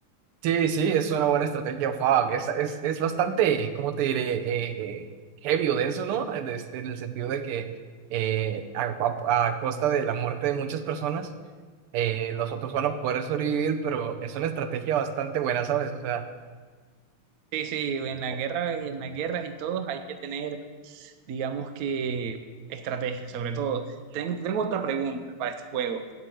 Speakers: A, on the right (about 80°); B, on the right (about 60°).
A: Sí, sí, es una buena estrategia. Fuck. Es, es, es bastante, ¿cómo te diré? Eh, eh, heavy o denso, ¿no? En Este, en el sentido de que eh, a, a- a costa de la muerte de muchas personas, eh, los otros van a poder sobrevivir, pero es una estrategia bastante buena, ¿sabes? O sea,
B: Sí, sí, en la
A: o-
B: guerra y en las guerras y todos hay que tener, digamos que, estrategia sobre todo. Tengo, tengo otra pregunta para este juego.